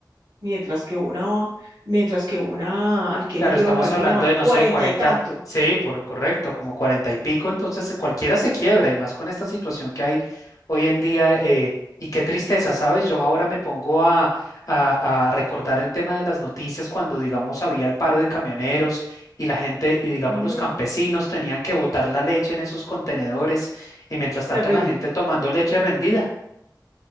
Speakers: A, on the right; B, on the left.
A: mientras que una, mientras que una Alquería
B: Claro, estamos
A: o Alpina
B: hablando
A: vale
B: de, no
A: cuarenta
B: sé, 40,
A: y tanto.
B: sí, por correcto, como 40 y pico, entonces eh, cualquiera se quiebra y más con esta situación que hay hoy en día. eh, y qué tristeza, ¿sabes? Yo ahora me pongo a, a, a recordar el tema de las noticias cuando, digamos, había el paro de camioneros y la gente, y digamos,
A: Mm,
B: los campesinos tenían que botar la leche en esos contenedores y mientras tanto
A: terrible.
B: la gente tomando leche rendida.